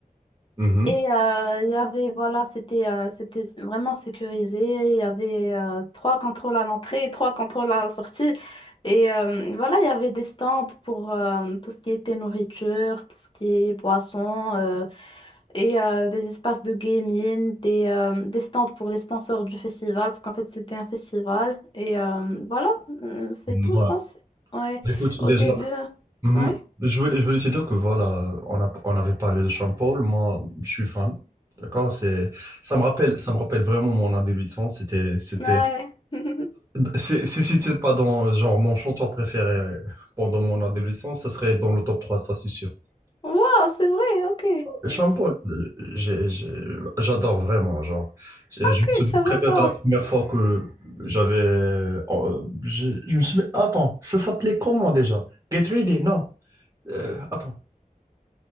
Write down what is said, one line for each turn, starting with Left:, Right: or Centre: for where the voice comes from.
Right: Mhm.
Left: Et euh, il y avait, voilà, c'était euh, c'était vraiment sécurisé. Il y avait euh, trois contrôles à l'entrée et trois contrôles à la sortie. Et euh, voilà, il y avait des stands pour euh, tout ce qui était nourriture, tout ce qui est boisson. euh, et euh, des espaces de gaming, des, euh, des stands pour les sponsors du festival, parce qu'en fait c'était un festival. Et euh, voilà, euh, c'est
Right: Ouais.
Left: tout, je pense. Ouais,
Right: Écoute,
Left: au
Right: déjà,
Left: début, hein.
Right: mhm,
Left: ouais,
Right: Je voulais, je voulais te dire que voilà, on a, on avait parlé de Saint-Paul, moi, je suis fan, d'accord? C'est, ça me rappelle, ça me rappelle vraiment mon adolescence, c'était, c'était
Left: ouais. <laughs>
Right: Si, si c'était pas dans genre mon chanteur préféré euh, pendant mon adolescence, ça serait dans le top 3, ça c'est sûr.
Left: Wow, c'est vrai, ok.
Right: Sean Paul, euh, j'ai- j'ai- j'adore vraiment, genre. Je
Left: Ok,
Right: je me souviens
Left: je savais
Right: très bien
Left: pas.
Right: de la première fois que j'avais. euh, je, je me souviens. Attends, ça s'appelait comment déjà? Get Ready, non. Euh, attends.